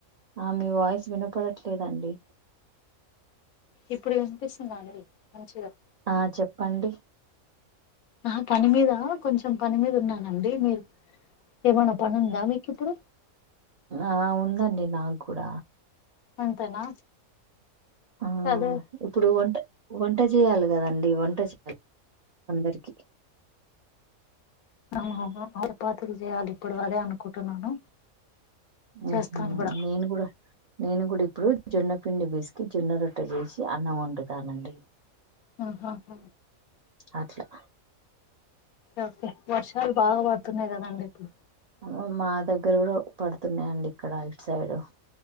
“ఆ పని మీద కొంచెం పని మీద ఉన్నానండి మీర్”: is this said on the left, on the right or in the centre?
Left